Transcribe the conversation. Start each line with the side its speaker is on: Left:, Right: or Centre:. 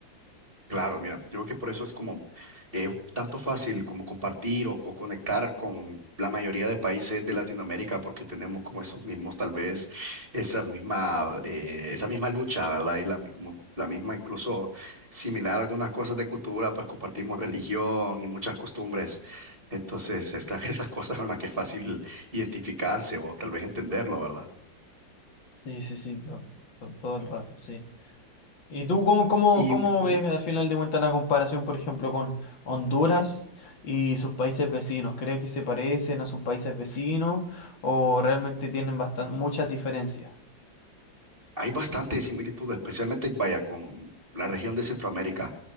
Right: Claro, mira, yo creo que por eso es como eh, tanto fácil como compartir o, o conectar con la mayoría de países de Latinoamérica, porque tenemos como esos mismos, tal vez, esa misma, eh, esa misma lucha, ¿verdad? Y la, mi- como la misma, incluso similar a algunas cosas de cultura, pues compartimos religión y muchas costumbres. Entonces, están <laughs> esas cosas en las que es fácil identificarse o tal vez entenderlo, ¿verdad?
Left: Sí, sí, sí, to- to- todo el rato, sí. ¿Y tú cómo, cómo,
Right: Y
Left: cómo
Right: ujú,
Left: ves al final de cuentas la comparación, por ejemplo, con Honduras y sus países vecinos? ¿Crees que se parecen a sus países vecinos o realmente tienen bastan- muchas diferencias?
Right: hay bastante similitud, especialmente, vaya, con la región de Centroamérica.